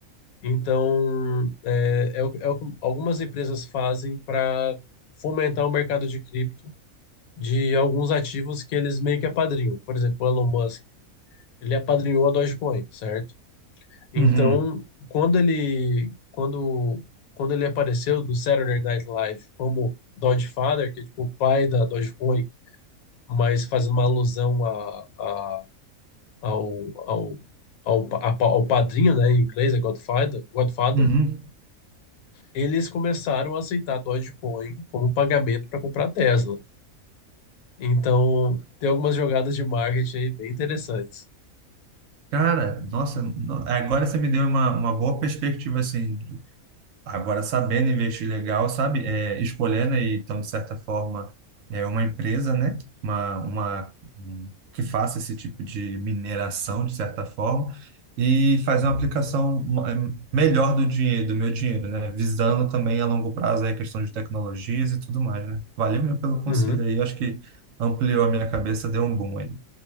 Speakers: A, on the left (about 75°); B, on the right (about 70°).
A: Então, é, é o, é o que algumas empresas fazem para fomentar o mercado de cripto de alguns ativos que eles meio que apadrinham. Por exemplo, o Elon Musk Ele apadrinhou a Dogecoin, certo? Então,
B: Uhum,
A: quando ele quando quando ele apareceu do Saturday Night Live como Dogefather, que é tipo o pai da Dogecoin, mas fazendo uma alusão a, a- ao, ao, ao, pa- a pa- ao padrinho, né, em inglês é Godfather, Godfather,
B: uhum.
A: eles começaram a aceitar Dogecoin como pagamento para comprar Tesla. Então, tem algumas jogadas de marketing aí bem interessantes.
B: Cara, nossa, no- agora você me deu uma, uma boa perspectiva, assim, agora sabendo investir legal, sabe? É, escolhendo aí, então, de certa forma, é uma empresa, né? Uma, uma, um- que faça esse tipo de mineração, de certa forma, e fazer uma aplicação ma- é, melhor do dinheiro, do meu dinheiro, né? Visando também a longo prazo aí a questão de tecnologias e tudo mais, né? Valeu mesmo pelo conselho
A: Uhum.
B: aí, acho que ampliou a minha cabeça, deu um boom aí.